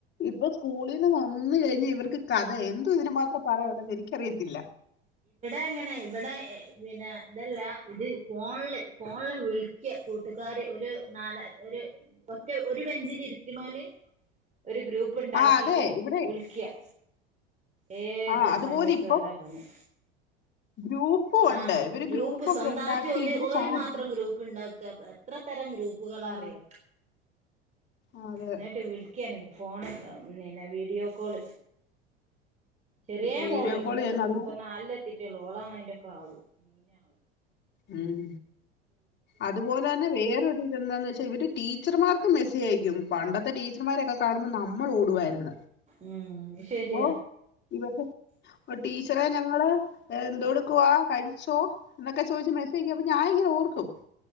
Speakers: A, on the left; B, on the right.
A: ഇപ്പൊ സ്ക്കൂളിന്ന് വന്ന് കേറി... ഈ ഇവർക്ക് കഥ എന്തു ഇതിന് മാത്രം പറയാനുള്ളത് എനിക്ക് അറിയത്തില്ല.
B: ങ്ങനെ ഇവിടെ എഹ് പിന്നെ ഇതല്ല ഇത് ഫോണ്ല് ഫോണില് വിളിയ്ക്കാ കൂട്ടുകാര് ഓല് നാല ഒര് ഒറ്റ ഒര് ബെഞ്ചില് ഇര് ഇര്ന്നാല് ഒരു ഗ്രൂപ്പുണ്ടാക്കീറ്റ്
A: ആ അതെ ഇവിടെ
B: വിളിയ്ക്കാ ഏത്
A: ആ അതുപോലെ
B: സമയത്തും
A: ഇപ്പം
B: അതാ പണി
A: ഗ്രൂപ്പും ഉണ്ട്
B: ആ...
A: ഇവര്
B: ഗ്രൂപ്പ്‌
A: ഗ്രൂപ്പൊക്കെ
B: സ്വന്തായിറ്റ്
A: ഉണ്ടാക്കി
B: ഓല്
A: ഇവര്
B: ഓല്
A: ചാറ്റ്
B: മാത്രംഗ്രൂപ്പ് ണ്ടാക്കാന്ന്. എത്ര തരം ഗ്രൂപ്പ്‌ കളാറിയോ.
A: ആ ആ, അതെ
B: ന്നിട്ട് വിളിയ്ക്കാണ് ഇങ്ങ ഫോൺ താ ഇന്നിനാ വീടിയോകാൾ ചെറിയേ
A: വീഡിയോ
B: മോള്
A: കോൾ
B: മൂന്ന്
A: ചെയ്യുന്ന അതുപോലെ
B: ഇപ്പൊ നാൽല്ല് വിദ്യള്ള ഓളാണ് അയ്‌ന്റെ ഒക്കെ ആ ആള് ഇന്നാള്
A: ഉം. അത്പോലെ തന്നേ വേറൊരു ഇതെന്താന്ന് വെച്ചാ ഇവര് ടീച്ചർ മാർക്ക് മെസ്സേജ് അയ്ക്കും. പണ്ടത്തെ ടീച്ചർ മാരൊക്കെ.... <unintelligible> കാണുമ്പോ നമ്മള് ഓടു വായിരുന്ന്.
B: ഉം ശരിയാ
A: ഒ.... <unintelligible> ഒ.. ടീച്ചറേ ഞങ്ങൾ ഏ.. എന്തോട്... ക്ക്വാ കഴിച്ചോ എന്നൊക്കെ ചോയ്ച്ച് മെസ്സെയ് <unintelligible> അപ്പ ഞാ ഇങ്ങനെ ഓർക്കും